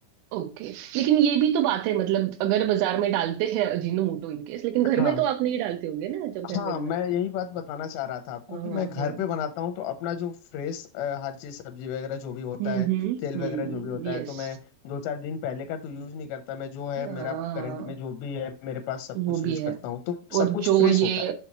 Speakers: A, on the right; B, on the left.
A: ओके लेकिन ये भी तो बात है मतलब अगर बाजार में डालते हैं अजीनोमोटो इनकेस लेकिन घर
B: हाँ
A: में तो आप नहीं डालते होगे ना जब घर
B: हाँ
A: में बनाते
B: मैं
A: हैं
B: यही बात बताना चाह रहा था आपको
A: हाँ
B: कि मैं घर
A: हाँ
B: पे बनाता हूँ तो अपना जो फ्रेश हर चीज सब्जी वगैरह जो भी होता
A: हम्म
B: है
A: हम्म
B: तेल
A: हम्म
B: वगैरह जो भी होता
A: यस
B: है तो मैं दो चार दिन पहले का तो यूज नहीं करता मैं जो है
A: हाँ
B: मेरा करंट में जो भी है मेरे पास सब कुछ
A: वो भी
B: यूज
A: है
B: करता हूँ तो
A: और
B: सब कुछ
A: जो
B: फ्रेश
A: ये
B: होता